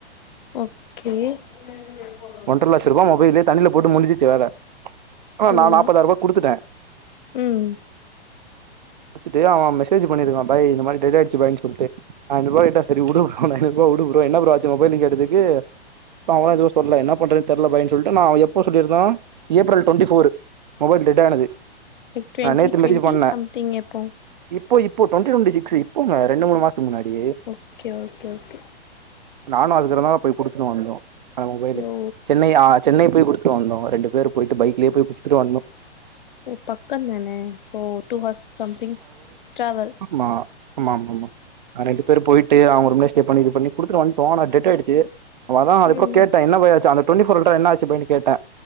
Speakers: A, on the left; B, on the right.
A: ஓக்கே <unintelligible>
B: ஒன்றரை லட்ச ரூபா மொபைலு தண்ணில போட்டு முடிஞ்சுச்சு வேல ஆ
A: கேக்குதா
B: நா நாப்பதாயிரூபா குடுத்துட்டே
A: ம்
B: து அவ மெசேஜ் பண்ணிருக்கா பாய் இந்த மாதிரி டெட் ஆயிடுச்சு பாய் சொல்லிட்டு ஐநூறு ரூபா கிட்டா சரி உடு ப்ரோ என்ன ப்ரோ ஆச்சு மொபைல்க்குன்னு கேட்டதுக்கு அவல்லா எதுவு சொல்லல்ல என்ன பண்றன்னு தெரல பாய்ன்னு சொல்லிட்டு நா அவ எப்போ சொல்லி இருந்தா April twenty four mobile dead ஆனது
A: லைக் டுவெண்டி
B: நேத்து
A: டுவெண்டி
B: மெசேஜ் பண்ணே
A: சம்திங் எப்போ
B: இப்போ இப்போ டுவண்டி டுவெண்டி சிக்ஸ் இப்பங்க ரெண்டு மூணு மாசத்து முன்னாடி
A: ஓக்கே ஓக்கே ஓக்கே
B: நானு அதுக்கிறந்த போய் குடுத்துட்டு வந்தோ அந்த மொபைல
A: ஓ
B: சென்னை ஆ சென்னை போய் குடுத்துட்டு வந்தோ ரெண்டு பேரு போயிட்டு பைக்லியே போய் குடுத்துட்டு வந்தோ
A: ஓ பக்கந்தானே so two hours something travel
B: மா ஆமா ஆமா ஆமா ஆ நான் ரெண்டு பேரும் போயிட்டு அவங்க ரூம்லேயே ஸ்டே பண்ணி இது பண்ணி குடுத்துட்டு வந்துட்டோம் ஆ டேட்டு ஆயிருச்சி அவதா அதுக்கு
A: ம்
B: அப்பறோ கேட்ட என்ன பாய் ஆச்சி அந்த டுவெண்டி போர்ல என்ன பாய் ஆச்சுன்னு கேட்டே